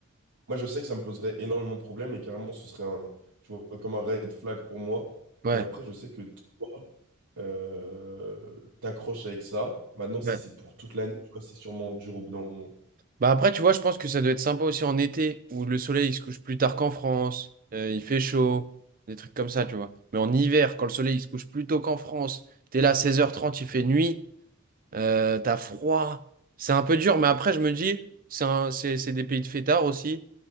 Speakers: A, on the right (about 85°); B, on the right (about 40°).
A: Moi, je sais que ça me poserait énormément de problèmes et carrément, ce serait un, tu vois, comme un red flag pour moi.
B: Ouais.
A: Mais après, je sais que toi, euh, t'accroches avec ça. Maintenant, si
B: Ouais.
A: c'est pour toute l'année, tu vois, c'est sûrement dur au bout d'un moment.
B: Bah après, tu vois, je pense que ça doit être sympa aussi en été, où le soleil il se couche plus tard qu'en France, euh, il fait chaud, des trucs comme ça, tu vois. Mais en hiver, quand le soleil il se couche plus tôt qu'en France, t'es là 16h30, il fait nuit, euh, t'as froid. C'est un peu dur, mais après, je me dis, c'est un- c'est, c'est des pays de fêtards aussi,